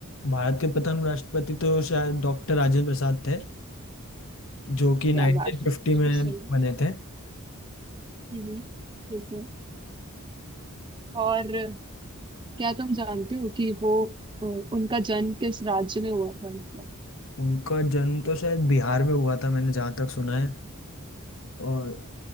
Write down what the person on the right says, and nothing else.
क्या बात है ये
तो सही है
हम्म, ठीक है और क्या तुम जानते हो कि वो अ, उनका जन्म किस राज्य में हुआ था मतलब